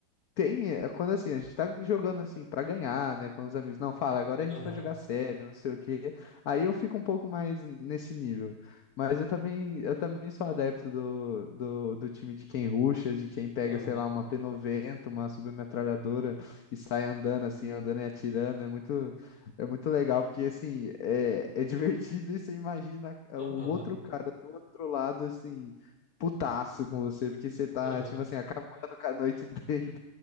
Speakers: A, on the left; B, on the left.
A: Tem, é quando assim, a gente tá jogando assim pra ganhar, né, com os amigos. Não, fala, agora a gente
B: Aham,
A: vai jogar sério, não sei o quê. Aí eu fico um pouco mais nesse nível. Mas eu também, eu também sou adepto do, do, do time de quem rusha, de quem pega,
B: aham,
A: sei lá, uma p noventa uma submetralhadora e sai andando assim, andando e atirando. É muito, é muito legal, porque assim, é, é <laughs> divertido e você imagina é,
B: aham,
A: o outro cara do outro lado, assim, putaço com você, porque você tá,
B: aham.
A: tipo assim, acabando com a noite <laughs> dele.